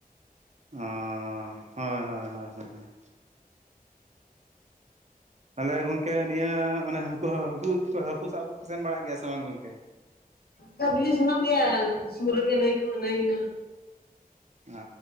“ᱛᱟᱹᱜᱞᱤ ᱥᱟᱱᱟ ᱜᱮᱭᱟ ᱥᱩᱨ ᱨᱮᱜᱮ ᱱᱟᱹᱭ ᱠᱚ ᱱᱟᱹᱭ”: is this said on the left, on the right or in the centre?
Left